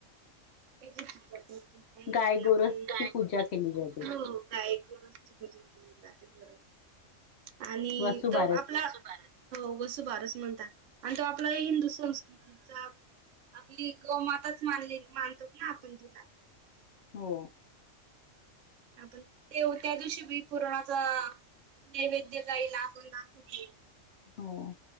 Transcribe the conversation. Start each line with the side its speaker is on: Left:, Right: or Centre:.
Right: काही
Left: गाय गोरसची
Right: आपण गाय
Left: पूजा केली जाते.
Right: <unintelligible> पूजा केली जाते बरोबर आणि
Left: वसुबारस
Right: तो आपला. हो वसूबारस म्हणतात आणि तो आपला या हिंदू संस्कृतीचा आपली गो-माताच मानली मानतो ना आपण तिला
Left: हो
Right: आपण ते त्या दिवशी बी पुरणाचा नैवेद्य गायीला आपण दाखवतो.
Left: हो